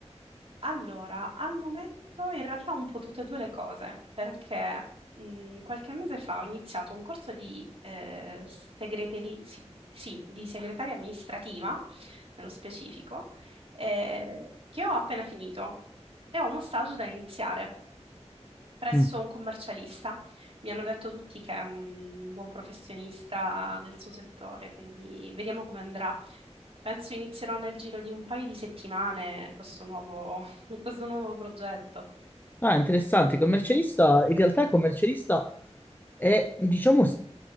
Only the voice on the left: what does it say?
Mm.
Ah, interessante. Commercialista, in realtà il commercialista è, diciamo, s-